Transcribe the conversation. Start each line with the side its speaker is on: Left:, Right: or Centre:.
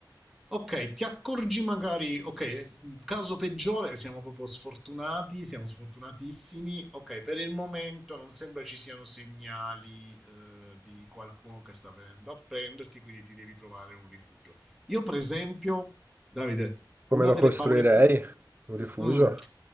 Centre: Ok, ti accorgi magari, ok, caso peggiore, siamo proprio sfortunati, siamo sfortunatissimi, ok, per il momento non sembra ci siano segnali eh, di qualcuno che sta venendo a prenderti, quindi ti devi trovare un rifugio. Io per esempio, Davide,
Right: Come
Centre: una
Right: lo
Centre: delle
Right: costruirei?
Centre: paure più...
Right: Un rifugio?
Centre: Mm,